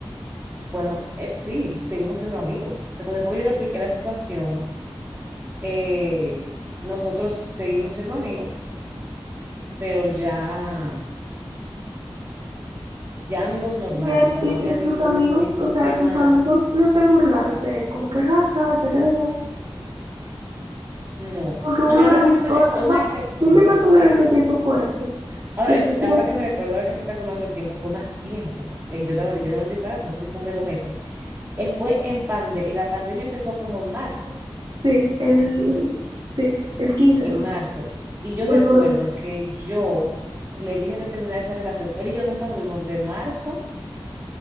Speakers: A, on the right (about 25°); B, on the right (about 55°).
A: Bueno, eh, sí, seguimos siendo amigos. Después, después que yo le expliqué la situación, eh, nosotros seguimos siendo amigos, pero ya, ya amigos normales,
B: Y él
A: o sea,
B: y,
A: no
B: y
A: había ningún,
B: sus amigos,
A: ningún
B: o sea,
A: tema,
B: tus amigos no se burlaron de él, como que, jaja, ya te digo.
A: no.
B: Porque uno
A: No, mira,
B: era
A: ahora
B: muy...
A: que yo me,
B: o-
A: re- yo me
B: va,
A: recuerdo,
B: dime más o
A: ahora
B: menos en qué tiempo fue eso.
A: Ahora,
B: Si fue,
A: es-
B: como-
A: ahora que me recuerdo, ahora que estoy calculando el tiempo, fue más tiempo. Eh, yo te hablo, yo te hablo de disparate, no fue de que un mes, dos meses. Eh, fue en pande, eh, la pandemia empezó como en marzo,
B: sí, el, sí, el 15
A: en
B: creo. que
A: marzo. Y yo
B: fue
A: recuerdo
B: el 9.
A: que yo le dije de terminar esa relación. Él y yo nunca nos vimos desde marzo.